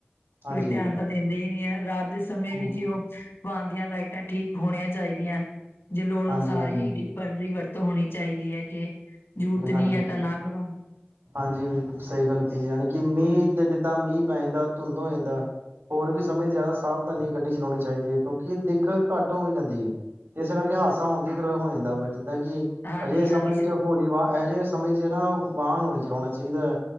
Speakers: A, on the right; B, on the left.
A: ਹਾਂਜੀ,
B: ਕੋਈ ਧਿਆਨ ਤਾਂ ਦਿੰਦੇ ਹੀ ਨੀ ਐ ਰਾਤ ਦੇ ਸਮੇਂ
A: ਹਾਂਜੀ,
B: ਵੀ ਜੇ ਓਹ ਵਾਹਨ ਦੀਆਂ ਲਾਈਟਾਂ ਠੀਕ ਹੋਣੀਆਂ ਚਾਹੀਦੀਆਂ ਜੇ ਲੋੜ
A: ਹਾਂਜੀ,
B: ਅਨੁਸਾਰ
A: ਹਾਂਜੀ,
B: ਹੀ ਡੀਪਰ ਦੀ ਵਰਤ ਤੋ ਹੋਣੀ ਚਾਹੀਦੀ ਏ ਜੇ ਜੁਰਤ ਨੀ
A: ਹਾਂਜੀ।
B: ਹੈ ਤਾਂ ਨਾ ਕਰੋ।
A: ਹਾਂਜੀ, ਬਿਲਕੁਲ ਸਹੀ ਗੱਲ ਕਹੀ, ਯਾਂਨੀ ਕਿ ਮੀਂਹ ਜਿੱਦਾਂ ਮੀਂਹ ਪੈ ਜਾਂਦਾ ਧੁੰਦ ਹੋ ਜਾਂਦਾ। ਹੋਰ ਵੀ ਸਮੇਂ ਜ਼ਿਆਦਾ ਸਾਵਧਾਨੀ ਗੱਡੀ ਚਲਾਉਣੀ ਚਾਹੀਦੀ ਏ ਕਿਉਂਕਿ ਦਿੱਖ ਘੱਟ ਹੋ ਜਾਂਦੀ ਏ। ਤੇ ਇਸੇ ਕਰਕੇ ਹਾਦਸਾ ਹੁੰਦੀ ਦੋਂ ਹੋ ਜਾਂਦਾ ਵਾ। ਜਿੱਦਾਂ ਕਿ
B: ਹਾਂਜੀ-ਹਾਂਜੀ
A: ਅਜਿਹੇ ਸਮੇਂ
B: ਸ
A: ਚ ਹੋਲੀ ਵਾਹ ਅਜਿਹੇ ਸਮੇਂ ਚ ਨਾ ਵਾਹਨ ਹੋਲੀ ਚਲਾਉਣਾ ਚਾਹੀਦਾ ਏ।